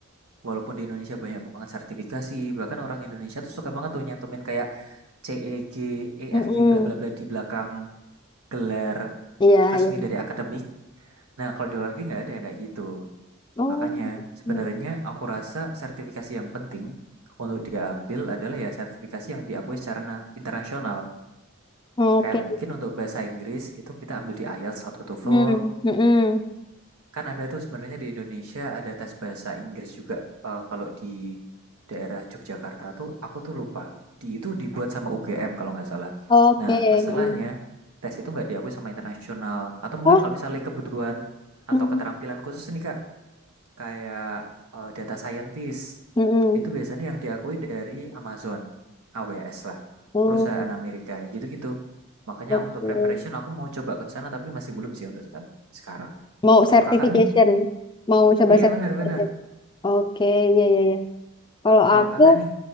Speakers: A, on the right (about 80°); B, on the left (about 20°).
A: walaupun di Indonesia banyak banget sertifikasi, bahkan orang Indonesia tuh suka banget tuh nyantumin kayak CEG, EFG,
B: Mm-mm.
A: bla bla bla di belakang gelar
B: Iya,
A: resmi
B: iya.
A: dari akademik. Nah, kalau di luar negeri nggak ada yang kayak gitu.
B: Oh,
A: Makanya sebenarnya
B: gitu.
A: aku rasa sertifikasi yang penting untuk diambil adalah ya sertifikasi yang diakui secara na- internasional.
B: Oke.
A: Kayak mungkin untuk bahasa Inggris itu kita ambil di IELTS atau TOEFL,
B: Hmm. Mm-mm.
A: Kan ada tuh sebenarnya di Indonesia ada tes bahasa Inggris juga. Eh, kalau di daerah Yogyakarta tuh aku tuh lupa. Di itu dibuat sama UGM kalau nggak salah.
B: Oke.
A: Nah, masalahnya
B: Mm-mm.
A: tes itu nggak diakui sama internasional. Atau mungkin
B: Oh.
A: kalau misalnya kebutuhan atau
B: Mm.
A: keterampilan khusus nih Kak, kayak eh, data scientist.
B: Mm-mm.
A: Itu biasanya yang diakui dari Amazon, AWS lah,
B: Hmm.
A: perusahaan Amerika gitu-gitu. Makanya
B: Oke.
A: untuk preparation aku mau coba ke sana tapi masih belum sih untuk sam- sekarang.
B: Mau
A: Kalau
B: certification.
A: kakak nih,
B: Mau coba
A: Iya
B: certification.
A: bener-bener.
B: Oke, ya ya ya. Kalau
A: Kalau
B: aku
A: kakak nih,